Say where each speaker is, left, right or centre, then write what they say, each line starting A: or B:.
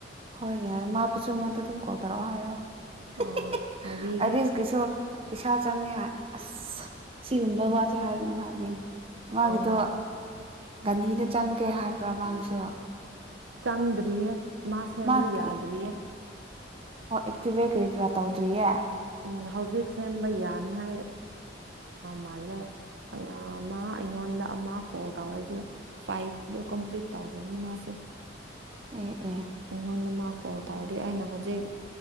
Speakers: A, on the right; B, on the right.
A: ꯍꯣꯏ ꯌꯥꯏ ꯃꯥꯕꯨꯁꯨ ꯑꯩꯉꯣꯟꯗ ꯑꯗꯨꯝ ꯀꯣꯜ ꯇꯧꯔꯛꯑꯣ ꯍꯥꯏꯌꯣ
B: ꯑꯣ
A: <inaudible>
B: ꯍꯥꯏꯕꯤꯒꯦ
A: ꯑꯥꯏꯔꯤꯁ ꯀꯤꯁꯨ ꯄꯩꯁꯥ ꯆꯪꯉꯦ ꯍꯥꯏ ꯑꯁ ꯁꯤꯒꯨꯝꯕ ꯋꯥꯁꯦ ꯍꯥꯏꯒꯅꯨ ꯍꯥꯏꯅꯤꯅꯦ ꯃꯥꯒꯤꯗꯣ
B: ꯑꯣ
A: ꯒꯥꯟꯙꯤꯗꯨ ꯆꯪꯒꯦ ꯍꯥꯏꯕ꯭ꯔ ꯃꯥꯥꯒꯤꯁꯨ
B: ꯆꯪꯗ꯭ꯔꯤꯌꯦ ꯃꯥ ꯁꯦꯝꯕ
A: ꯃꯥꯒꯤ
B: ꯌꯥꯗ꯭ꯔꯤꯌꯦ
A: ꯑꯣ ꯑꯦꯛꯇꯤꯚꯦꯀꯔꯤꯒ꯭ꯔꯥ ꯇꯧꯗ꯭ꯔꯤꯌꯦ
B: ꯎꯝ ꯍꯧꯖꯤꯛ ꯁꯦꯝꯕ ꯌꯥꯅꯤꯉꯥꯏ ꯃꯥꯜꯂꯦ ꯑꯥ ꯃꯥ ꯑꯩꯉꯣꯟꯗ ꯑꯃ ꯀꯣꯜ ꯇꯧꯔꯗꯤ ꯐꯥꯏꯚꯗꯣ ꯀꯝꯄ꯭ꯂꯤꯠ ꯇꯧꯈ꯭ꯔꯅꯤ ꯃꯥꯁꯨ
A: ꯑꯦ ꯑꯦ
B: ꯑꯩꯉꯣꯟꯗ ꯃꯥ ꯀꯣꯜ ꯇꯧꯔꯗꯤ ꯑꯩꯅ ꯍꯧꯖꯤꯛ